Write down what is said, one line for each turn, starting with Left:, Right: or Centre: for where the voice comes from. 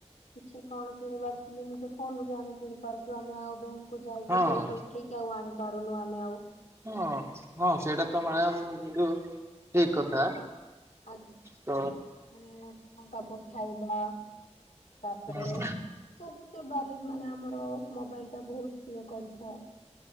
Left: କିଛି କଣ କିଣିବାର ଥିଲେ ନିଜ ଫୋନ ବି ଆମେ କିଣି ପାରୁଛୁ ଆମେ ଆଉ ବ୍ୟାଙ୍କ କୁ ଯାଇକି
Right: ହଁ
Left: ପଇସା ଉଠେଇକି ଆଉ ଆଣି ପାରୁନୁ ଆମେ ଆଉ।
Right: ହଁ ହଁ ସେଇଟା ତ
Left: ଆଜ୍ଞା
Right: ମ୍ୟାଡାମ କିନ୍ତୁ ଠିକ କଥା।
Left: ଆଜ୍ଞା
Right: ତ
Left: ମାନେ ଟଙ୍କା ପଠାଇବା। ତାପରେ
Right: ହୁଁ
Left: ସବୁ ସେବାରେ ମାନେ ଆମର ମୋବାଇଲ ଟା ବହୁତ ଇଏ କରିଥାଏ।